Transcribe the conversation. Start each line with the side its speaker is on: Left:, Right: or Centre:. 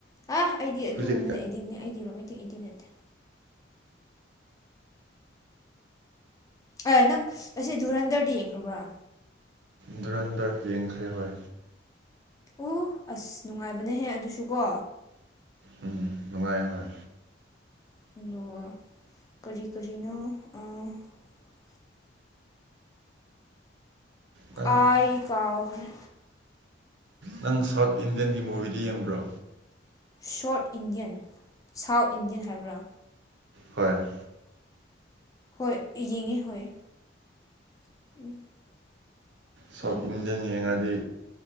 Left: ꯑꯥ ꯑꯩꯗꯤ ꯑꯗꯨꯒꯨꯝꯕꯗꯤ
Right: ꯍꯧꯖꯤꯛ
Left: ꯑꯦꯗꯤꯛꯅꯤ ꯑꯩꯗꯤ ꯔꯣꯃꯦꯟ ꯏꯗꯤꯛ ꯅꯠꯇꯦ ꯇꯤꯛ ꯑꯥ ꯅꯪ ꯑꯁꯤ ꯙꯨꯔꯥꯟꯗꯔꯗꯤ ꯌꯦꯡꯈ꯭ꯔꯥꯕꯔꯥ
Right: ꯙꯨꯔꯥꯟꯗꯔ ꯌꯦꯡꯈ꯭ꯔꯦ ꯍꯣꯏ
Left: ꯎ ꯑꯥꯁ ꯅꯨꯡꯉꯥꯏꯕꯅꯦꯍꯦ ꯑꯗꯨꯁꯨ ꯀꯣ
Right: ꯎꯝ ꯅꯨꯡꯉꯥꯏ ꯍꯣꯏ
Left: <inaudible>
Right: ꯅꯪ
Left: ꯑꯥ ꯑꯩ ꯀꯥꯎꯥꯈꯔꯦ
Right: ꯅꯪ ꯁꯥꯎꯠ ꯏꯟꯘꯤꯌꯥꯟꯒꯤ ꯃꯨꯚꯤꯘꯨ ꯌꯦꯡꯕꯔꯣ
Left: ꯁꯣꯔꯠ ꯏꯟꯗꯤꯌꯥꯟ ꯁꯥꯎꯠ ꯏꯟꯗꯤꯌꯥꯟ ꯍꯥꯏꯕ꯭ꯔꯥ
Right: ꯍꯣꯌ
Left: ꯍꯣꯌ ꯌꯦꯡꯉꯦ ꯍꯣꯏ <inaudible>
Right: ꯁꯥꯎꯠ
Left: ꯌꯦꯡꯉꯦ
Right: ꯏꯟꯗꯤꯌꯥꯟ ꯌꯦꯡꯉꯥꯗꯤ